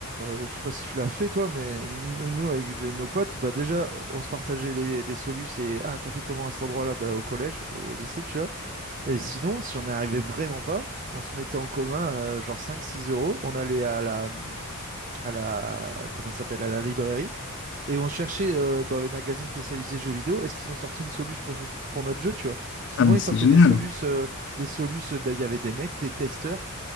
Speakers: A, on the right; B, on the left.
A: euh, je sais pas si tu l'as fait toi, mais n- nous avec des- nos potes, bah déjà on se partageait les, les solus et ah t'as fait comment à cet endroit-là, bah au collège, au lycée tu vois. Et sinon, si on n'y arrivait vraiment pas, on se mettait en commun euh, genre cinq, six euros, on allait à la à la comment ça s'appelle à la librairie et on cherchait euh, dans les magazines spécialisés jeux vidéo, est-ce qu'ils ont sorti une soluce pour pour notre jeu tu vois. Souvent
B: Ah, mais
A: ils
B: c'est
A: sortaient
B: génial.
A: des solus, euh, des solus, euh, bah, il y avait des mecs, des testeurs